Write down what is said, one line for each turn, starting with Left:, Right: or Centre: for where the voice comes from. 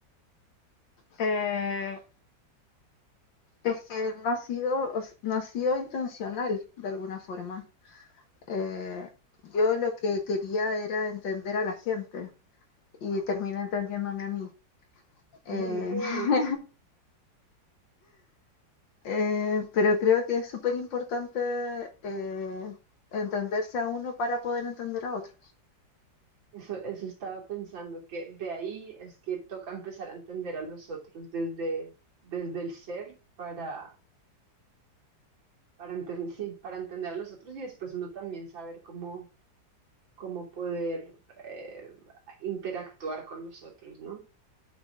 Left: Eh, es que no ha sido, o s- no ha sido intencional de alguna forma. Eh, yo lo que quería era entender a la gente y terminé entendiéndome a mí. Eh,
Right: <laughs> Qué
Left: <laughs>
Right: bonita.
Left: eh, pero creo que es súper importante eh, entenderse a uno para poder entender a otro.
Right: Eso, eso estaba pensando, que de ahí es que toca empezar a entender a los otros desde, desde el ser para para entender sí, para entender a los otros y después uno también saber cómo, cómo poder eh, interactuar con los otros, ¿no?